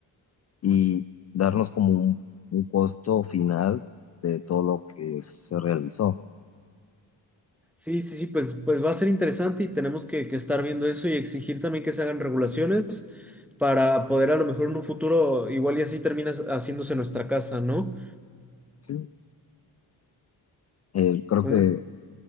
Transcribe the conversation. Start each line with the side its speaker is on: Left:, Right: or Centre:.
Left: y darnos como un, un costo final de todo lo que se realizó.
Centre: Sí, sí, sí, pues, pues va a ser interesante y tenemos que, que estar viendo eso y exigir también que se hagan regulaciones para poder a lo mejor en un futuro, igual y así termina haciéndose nuestra casa, ¿no?
Left: Sí. Eh, creo
Centre: Un,
Left: que